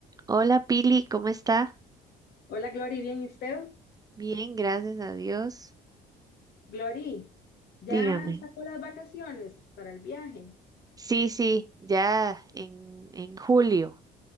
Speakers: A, on the right (about 20°); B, on the left (about 70°).
A: Hola Pili, ¿cómo está?
B: Hola, Glory, ¿bien y usted?
A: Bien, gracias a Dios.
B: Glory, ¿ya
A: Dígame.
B: sacó las vacaciones para el viaje?
A: Sí, sí, ya en, en julio,